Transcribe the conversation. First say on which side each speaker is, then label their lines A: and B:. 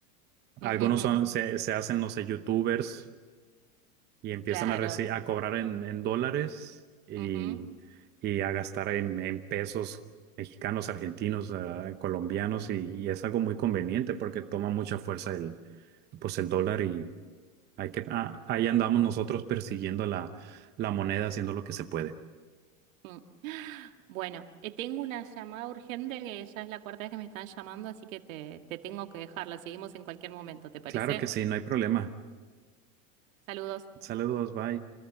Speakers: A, on the right; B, on the right.
A: Algunos
B: <laughs>
A: son, se, se hacen, no sé, youtubers y
B: Ujú,
A: empiezan
B: Claro.
A: a, reci- a cobrar en, en dólares y,
B: ujú,
A: y a gastar en, en pesos mexicanos, argentinos, ah, colombianos y, y es algo muy conveniente porque toma mucha fuerza el, pues el dólar y hay que, ah, ahí andamos nosotros persiguiendo la, la moneda haciendo lo que se puede.
B: mm. Bueno, eh, tengo una llamada urgente que ya es la cuarta vez que me están llamando, así que te, te tengo que dejarla. Seguimos en cualquier momento, ¿te parece?
A: Claro que sí, no hay problema.
B: Saludos.
A: Saludos, bye.